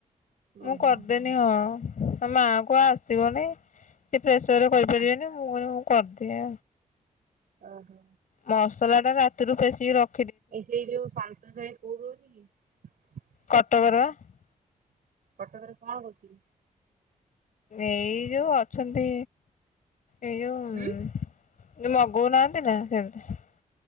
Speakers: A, on the left; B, on the right.
A: ମୁଁ
B: ଓହୋ
A: କରିଦେନି ହଁ । ଆ ମାଆକୁ ଆସିବନି ସେ ପ୍ରେସର୍ ରେ କରିପାରିବେନି
B: ଆ
A: ମୁଁ କହିନି ମୁଁ କରିଦିଏ।
B: ଓହୋ।
A: ମସଲା ରାତିରୁ ପେଶୀକି ରଖି
B: ଏ ସେଇ ଯୋଉ ସାଆନ୍ତ ସାହି କୋଉଠି ରହୁଛି କି?
A: କଟକର ବା
B: କଟକରେ କଣ କରୁଛି?
A: ଏଇ ଯୋଉ ଅଛନ୍ତି ଏଇ ଯୋଉ
B: ଉଁ
A: ମଗଉ ନାହାଁନ୍ତି ନା ସେମତି ।